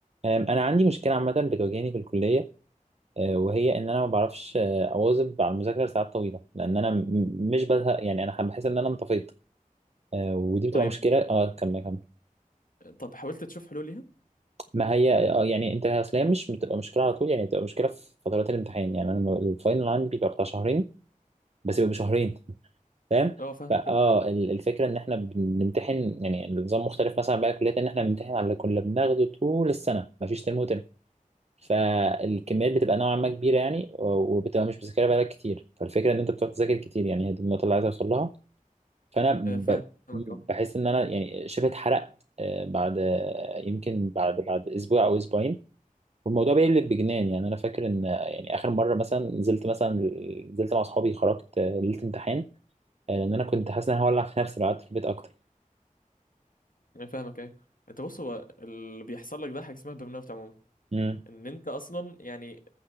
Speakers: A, on the right; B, on the left.
A: أم، أنا عندي مشكلة عامة بتواجهني في الكلية أه، وهي إن أنا ما بعرفش أه، أواظب على المذاكرة لساعات طويلة لأن أنا م- مش بزهق يعني أنا بحس إن أنا انطفيت أه، ودي بتبقى
B: طيب
A: مشكلة أه كمل كمل
B: طب حاولت تشوف حلول ليها؟
A: ما هي أه يعني أنت أصل هي مش بتبقى مشكلة على طول يعني بتبقى مشكلة في فترات الامتحان يعني أنا لما- الفاينل عندي بيبقى بتاع شهرين بس بيبقى شهرين فاهم
B: اه فاهمك
A: فأه
B: فاهمك
A: ال- الفكرة إن إحنا بنمتحن يعني النظام مختلف مثلا بقى كليات إن إحنا بنمتحن على اللي كنا بناخده طول السنة مفيش ترم وترم فالكميات بتبقى نوعا ما كبيره يعني وبتبقى مش بتذاكرها بقالك كتير فالفكره ان انت بتقعد تذاكر كتير يعني هي دي النقطه اللي عايز اوصل لها فانا ب...
B: آه، فاهمك
A: بحس
B: اه
A: ان انا يعني شبه اتحرقت آه، بعد آه، يمكن بعد بعد اسبوع او اسبوعين والموضوع بيقلب بجنان يعني انا فاكر ان آه، يعني اخر مره مثلا نزلت مثلا نزلت مع اصحابي خرجت آه، ليله امتحان آه، لان انا كنت حاسس ان انا هولع في نفسي لو قعدت في البيت اكتر
B: أنا فاهمك ايوه انت بص هو اللي بيحصل لك ده حاجه اسمها برن اوت عموما
A: امم
B: ان انت اصلا يعني